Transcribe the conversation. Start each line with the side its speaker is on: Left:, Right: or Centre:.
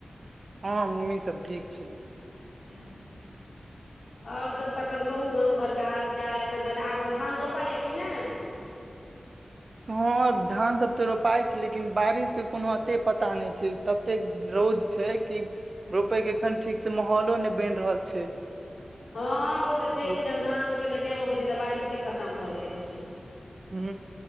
Right: हँ मम्मी सब ठीक छै
Left: अच्छा आओर सब तखन कहू गाम घरके हाल चाल एखन त आबक धान रोपैया कि नहि
Right: हँ धान सब तऽ रोपााय छै लेकिन बारिश के कोनो अते पता नहि छै तते रौद छै कि रोपय के एखन ठीक से माहौलो नहि बनि रहल छै
Left: हँ ओ तऽ छैहे
Right: हूं
Left: जहन धान रोपैके टाइम अबै छै तऽ बारिशे खतम भऽ जाइ छै
Right: हू